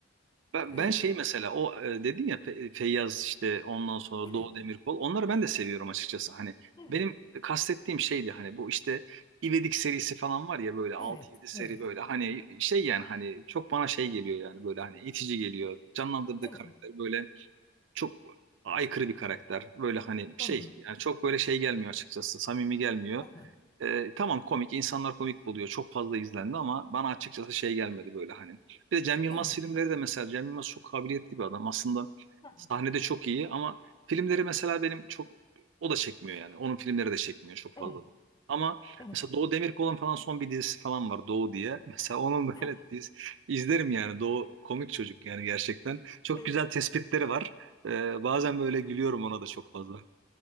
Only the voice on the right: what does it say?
Ben,
ben şey mesela o e, dedin ya Fe- Feyyaz işte ondan sonra
Doğu Demirkol onları ben de seviyorum açıkçası. Hani
benim kastettiğim şeydi hani bu işte İvedik serisi falan var ya böyle altı
yedi seri
böyle hani şey yani hani çok bana şey geliyor yani böyle hani itici geliyor. Canlandırdığı
karakter böyle çok aykırı bir karakter. Böyle hani şey
yani çok böyle şey gelmiyor açıkçası samimi gelmiyor.
E, tamam komik insanlar komik buluyor çok fazla izlendi ama bana açıkçası şey gelmedi böyle hani. Bir de Cem Yılmaz
filmleri de mesela Cem Yılmaz çok kabiliyetli bir adam aslında
sahnede çok iyi ama filmleri mesela benim çok o da çekmiyor yani onun filmleri de çekmiyor çok
fazla. Ama
mesela Doğu Demirkol'un falan son bir dizisi falan var Doğu diye. <laughs> Mesela onun böyle
diz, izlerim yani Doğu komik çocuk yani gerçekten. Çok
güzel tespitleri var. E, bazen böyle gülüyorum ona da çok fazla.